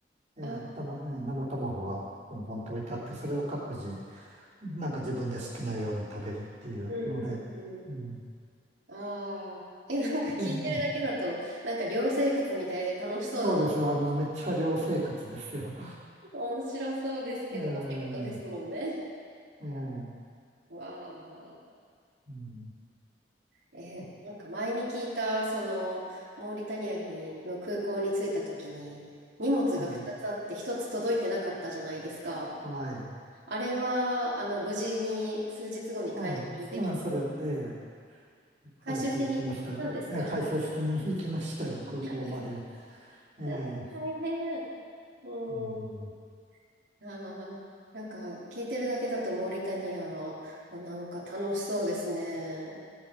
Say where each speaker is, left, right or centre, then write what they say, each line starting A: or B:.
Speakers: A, on the right; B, on the right.
A: ええ、
B: ああ、
A: たま、ええ生卵がボンボンと置いてあって、
B: やって。
A: それを各自、なんか自分で好きなように食べるっていうので、
B: うんうんうん。
A: うん。
B: ああ。え、なんか聞いてるだけだと、
A: いえ
B: なんか寮生活みたいで楽しそうだな。
A: そうです。あの、めっちゃ寮生活ですよ。
B: 面白そうですけど、
A: ええ、
B: <laughs> お仕事ですもんね。
A: ええ、
B: わあ。
A: うん。
B: え、
A: あ
B: なんか前に聞いた、その、モーリタニアに、の空港に着いた時に、荷物が2つあって1つ届いてなかったじゃないですか。
A: はい、はい。
B: あれは、あの、無事に数日後に回収でき、
A: あ、そそれ、ええ、
B: 回収しに行ったんですか
A: はい、届きましたよ。ええ、回収しに行きましたよ、
B: 行ったんです
A: 空港まで。ええ、
B: うん、大変。う
A: うん。
B: ん。ああ、なんか聞いてるだけだとモーリタニア、なんか楽しそうですね。